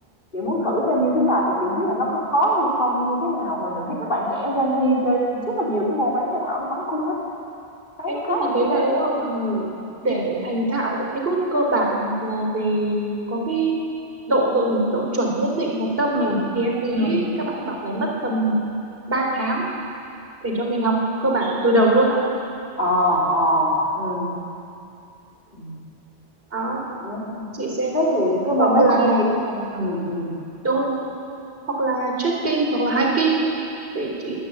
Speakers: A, on the left; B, on the right.
A: chị muốn thử xem như thế nào thì chị không biết là nó có khó hay không hay như thế nào mà đừng thấy các bạn trẻ Gen Z chơi rất là nhiều cái môn ấy nha Thảo như bắn cung ấy thấy
B: em
A: nó khá
B: suốt
A: là
B: thì
A: hay
B: thấy này
A: á
B: nữa là
A: ừ
B: để
A: ừ
B: thành thạo cái bước cơ bản hoặc là về có cái độ độ độ chuẩn nhất định và tâm
A: Ừ.
B: ấy thì em thấy
A: Ừ.
B: các bạn bảo phải mất tầm 3 tháng để cho mình học cơ bản từ đầu luôn á
A: ờ ờ ừ ừ
B: đó.
A: Đấy.
B: chị xem
A: thế thì cái môn
B: hoặc
A: đấy
B: là
A: cũng hay đúng không ừ ừ
B: đúng rồi, hoặc là trekking hoặc là hiking Chị, chị